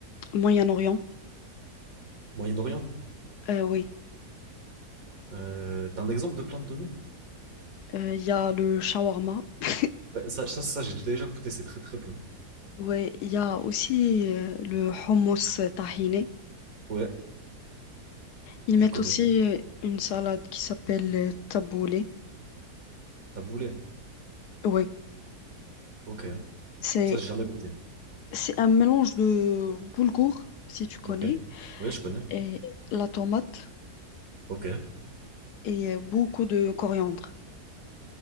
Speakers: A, on the left (about 80°); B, on the right (about 60°).
A: Moyen-Orient,
B: Moyen-Orient,
A: euh, oui,
B: euh, t'as un exemple de plat à me donner?
A: euh, il y a le shawarma. <laughs>
B: Ouais, ça, ça, ça, j'ai déjà goûté, c'est très très bon.
A: Oui, il y a aussi euh, le hummus tahini.
B: Ouais,
A: Ils
B: je
A: mettent
B: connais.
A: aussi euh, une salade qui s'appelle euh, taboulé.
B: Taboulé.
A: Oui,
B: Ok.
A: c'est
B: Ça, j'ai jamais goûté.
A: C'est un mélange de boulgour, si tu connais,
B: Ok. Ouais, je connais.
A: et la tomate
B: Ok.
A: et beaucoup de coriandre.